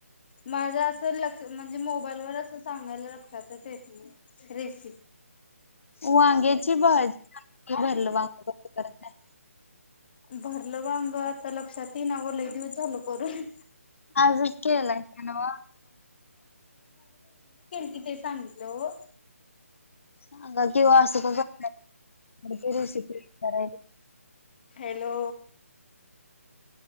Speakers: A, on the left (about 40°); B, on the left (about 60°).
A: माझा अस लक्ष म्हणजे मोबाईलवर अस सांग ा लक्षातच येत नाही रेशीिप
B: वांग्याची भाजी भरलं वांग करत नाही
A: भरलं बाब आता लक्षात ये नावलही दिवस झाल करून
B: आज केला ना वा
A: तिथे सांगितलं हो
B: सांगा किंवा असं काके दिवशी कराय
A: हॅलो